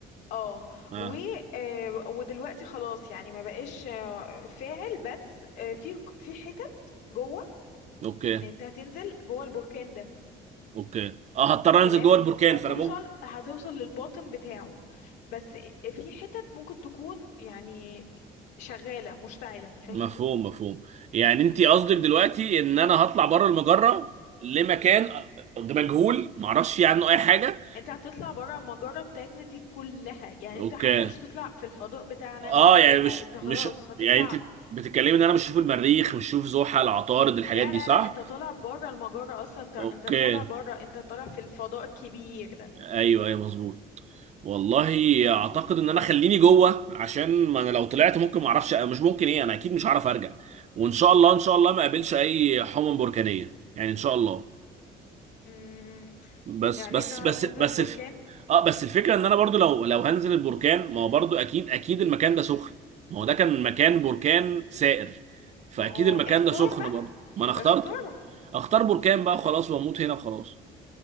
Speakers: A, on the left; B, on the right.
A: اه
B: اه
A: و آه، ودلوقتي خلاص يعني ما بقاش آه، فاعل بس آه، في في حتت جوه
B: اوكي
A: يعني انت هتنزل جوه البركان ده
B: اوكي اه هضطر
A: تمام
B: انزل جوه البركان
A: هتوصل
B: فانا ممكن
A: هتوصل للباطن بتاعه بس في حتت ممكن تكون يعني شغالة مشتعلة فاهمني
B: مفهوم مفهوم يعني انت قصدك دلوقتي ان انا هطلع بره المجره لمكان آه، مجهول معرفش فيه عنه اي حاجه
A: انت هتطلع بره المجرة بتاعتنا دي كلها يعني
B: اوكي
A: انت حتى مش هتطلع في الفضاء بتاعنا
B: اه يعني
A: لا
B: مش
A: انت خلاص
B: مش
A: هتطلع
B: يعني انت بتتكلمي ان انا مش هشوف المريخ مش هشوف زحل عطارد الحاجات
A: لا
B: دي
A: لا
B: صح
A: لا انت طالع بره المجرة اصلا انت انت
B: اوكي
A: طالع بره انت طالع في الفضاء الكبير ده
B: ايوه ايوه مظبوط والله اعتقد ان انا خليني جوه عشان ما انا لو طلعت ممكن ما اعرفش مش ممكن ايه انا اكيد مش هعرف ارجع وان شاء الله ان شاء الله ما اقابلش اي حمم بركانيه يعني ان شاء الله
A: مم،
B: بس
A: يعني
B: بس
A: انت هتنزل
B: بس بس
A: بركان
B: الف... اه بس الفكره ان انا برضو لو لو هنزل البركان ما هو برضو اكيد اكيد المكان ده سخن ما هو ده كان مكان بركان سائر فاكيد
A: ما هو
B: المكان
A: اختار
B: ده سخن
A: بقى
B: برضو ما انا اخترت
A: اختار
B: اختار بركان بقى خلاص واموت هنا خلاص